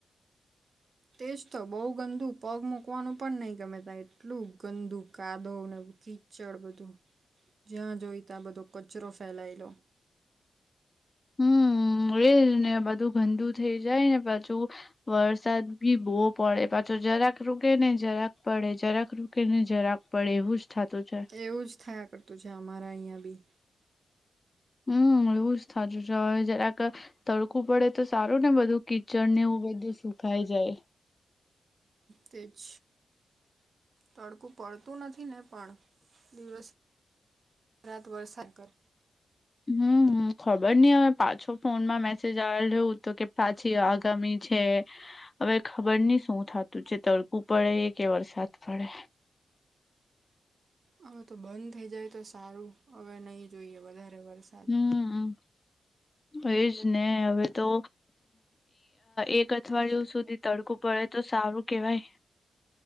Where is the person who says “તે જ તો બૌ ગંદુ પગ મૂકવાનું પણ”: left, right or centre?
Right